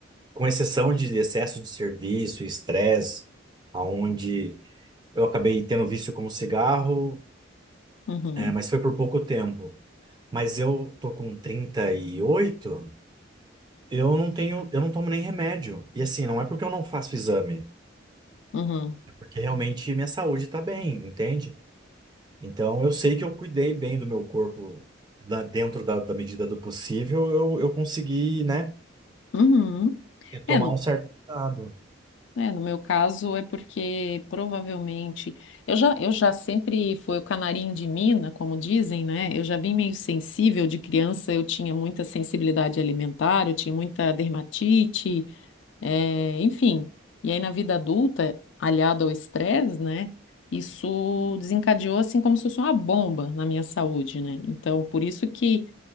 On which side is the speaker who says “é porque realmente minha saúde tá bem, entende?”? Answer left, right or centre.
Right